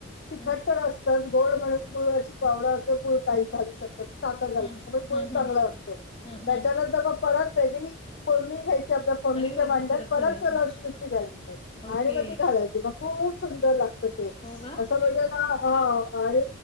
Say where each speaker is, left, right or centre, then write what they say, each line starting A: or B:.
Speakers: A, on the left (about 50°); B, on the left (about 25°).
A: तिखट्ट
B: हम्म
A: असतच गोड म्हणून गुळाची पावडर घालू
B: हम्म
A: शकतात साखर घालू
B: हम्म
A: शकतात.
B: हम्म
A: गुळ चांगला
B: हम्म हम्म
A: असतो
B: हम्म
A: त्याच्यानंतर
B: हम्म
A: मग परत त्याची फोरणी घ्यायची आपल्या फोरणीच्या
B: आणि वरण
A: भांड्यात परत
B: घालायची
A: लसणूची घालायची आणि
B: ओके
A: मग ती घालायची मग खूप सुंदर लागत ते
B: हो का
A: असं म्हणजे ना अ आणि